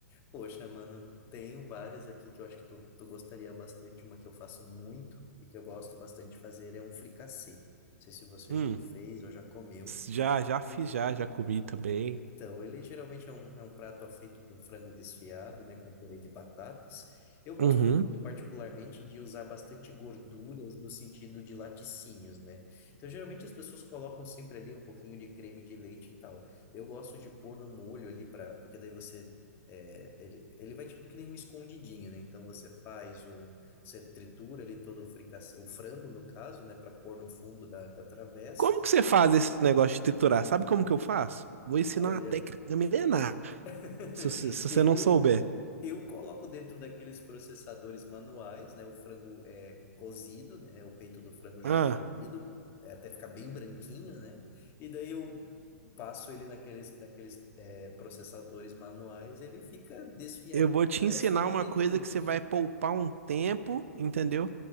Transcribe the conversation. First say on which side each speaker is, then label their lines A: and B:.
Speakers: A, on the left; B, on the right.
A: Poxa, mano, tenho várias aqui que eu acho que tu, tu gostaria bastante. Uma que eu faço muito e que eu gosto bastante de fazer é um fricassê. Não sei se você
B: Hum,
A: já fez ou já comeu.
B: já, já
A: Ele-
B: fiz, já, já comi também.
A: Então, ele geralmente é um, é um prato feito com frango desfiado, né, com purê de batatas. Eu gosto
B: Uhum.
A: muito particularmente de usar bastante gorduras no sentido de laticínios, né? Então, geralmente as pessoas colocam sempre ali um pouquinho de creme de leite e tal. Eu gosto de pôr no molho ali para, porque daí você é, ele, ele vai tipo que nem um escondidinho, né? Então você faz um, você tritura ali todo o fricassê, o frango no caso, né, para pôr no fundo da, da travessa.
B: Como que você faz esse negócio de triturar? Sabe como que eu faço? Eu Vou ensinar
A: Olha,
B: uma técnica milenar,
A: <laughs>
B: se, você- se
A: eu
B: você não souber.
A: Eu coloco dentro daqueles processadores manuais, né? O frango é cozido, né? O peito do frango já
B: Ah.
A: cozido, é, até ficar bem branquinho, né? E daí eu passo ele naqueles, naqueles é, processadores manuais, ele fica desfiadinho,
B: Eu vou te
A: parece
B: ensinar
A: um cabelinho.
B: uma coisa que você vai poupar um tempo, entendeu?